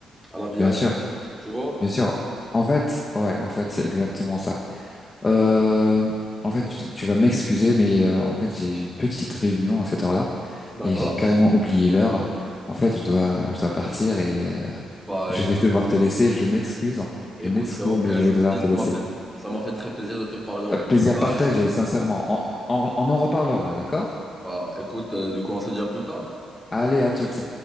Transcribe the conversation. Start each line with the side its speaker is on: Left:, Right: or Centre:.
Centre: à la vie
Left: bien
Centre: adulte,
Left: sûr,
Centre: tu vois?
Left: bien sûr. En fait, ouais, en fait, c'est exactement ça. Euh, en fait, tu, tu vas m'excuser, mais euh, en fait, j'ai une petite réunion à cette heure-là
Centre: D'accord.
Left: et j'ai carrément oublié l'heure. En fait, je dois, je dois partir et euh,
Centre: Bah,
Left: je
Centre: écoute,
Left: vais devoir te laisser. Je m'excuse. hein.
Centre: écoute,
Left: Je m'excuse,
Centre: y a aucun
Left: mais je
Centre: souci,
Left: vais devoir te
Centre: ça
Left: laisser.
Centre: m'a fait, ça m'a fait très plaisir de te parler en
Left: Euh,
Centre: tout
Left: Plaisir
Centre: cas.
Left: partagé,
Centre: Et,
Left: sincèrement. on on- on en reparlera, d'accord?
Centre: bah, écoute, euh, du coup, on se dit à plus tard.
Left: Allez, à toutes.